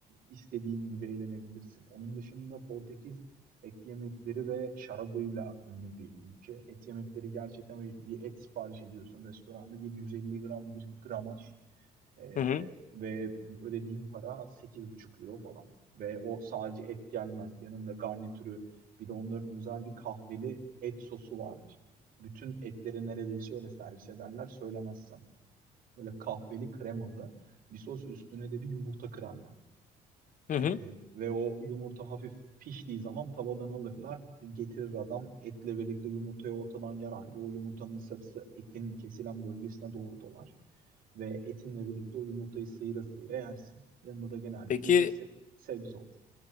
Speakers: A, on the right; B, on the left.
A: istediğin gibi eğlenebilirsin. Onun dışında Portekiz et yemekleri ve şarabıyla ünlü bir ülke. Et yemekleri gerçekten bir bir et sipariş ediyorsun restoranda 750 gram bir gramaj Ee,
B: Hı hı.
A: ve ödediğin para sekiz buçuk euro falan. Ve o sadece et gelmez. Yanında garnitürü bir de onların özel bir kahveli et sosu vardır. Bütün etleri neredeyse öyle servis ederler söylemezsem. Böyle kahveli kremalı bir sos üstüne de bir yumurta kırarlar.
B: Hı
A: Ee,
B: hı.
A: ve o yumurta hafif piştiği zaman tavadan alırlar. Getirir adam etle birlikte yumurtayı ortadan yarar ve o yumurtanın sarısı etin kesilen bölgesine doğru dolar. Ve etinle birlikte o yumurtayı sıyıra sıyıra yersin. Yanında da genelde
B: Peki
A: bir se- sebze olur.